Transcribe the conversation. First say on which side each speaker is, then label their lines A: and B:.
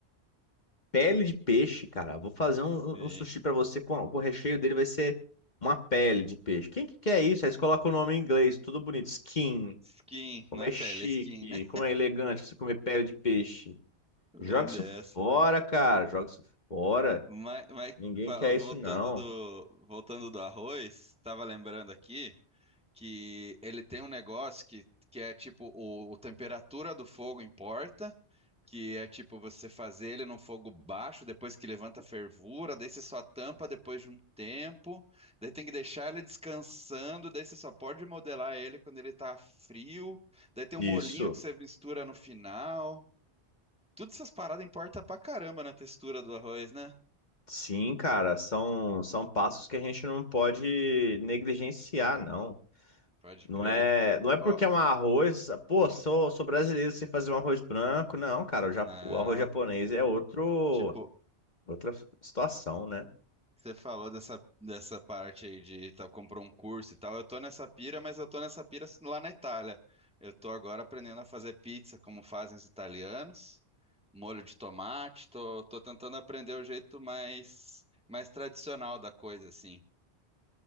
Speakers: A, on the left; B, in the centre.
A: Pele de peixe, cara. Vou fazer um,
B: Sim.
A: um- um sushi pra você com com o recheio dele vai ser uma pele de peixe. Quem que quer isso? Aí você coloca o nome em inglês, tudo bonito. Skin.
B: Skin,
A: Como
B: não
A: é
B: é pele,
A: chique,
B: é skin, né?
A: como é elegante você comer pele de peixe. Joga
B: Bem dessa.
A: isso fora, cara. Joga isso fora.
B: Mas, mas
A: Ninguém
B: fala-
A: quer
B: voltando
A: isso, não.
B: do, voltando do arroz, tava lembrando aqui que ele tem um negócio que, que é tipo o, o temperatura do fogo importa. Que é tipo você fazer ele num fogo baixo, depois que levanta a fervura, daí você só tampa depois de um tempo, daí tem que deixar ele descansando, daí você só pode modelar ele quando ele tá frio, daí tem
A: Isso.
B: um molhinho que você mistura no final. Todas essas paradas importam pra caramba na textura do arroz, né?
A: Sim, cara, são, são passos que a gente não pode negligenciar, não.
B: Pode
A: Não
B: crer.
A: é, não é porque
B: Ó,
A: é um arroz, pô, sou, sou brasileiro sem fazer um arroz branco, não, cara, o, ja-
B: não.
A: o arroz japonês é outro,
B: Tipo.
A: outra situação, né?
B: Você falou dessa, dessa parte aí de tá, comprou um curso e tal. Eu tô nessa pira, mas eu tô nessa pira lá na Itália. Eu tô agora aprendendo a fazer pizza como fazem os italianos, molho de tomate. Tô, tô tentando aprender o jeito mais, mais tradicional da coisa, assim.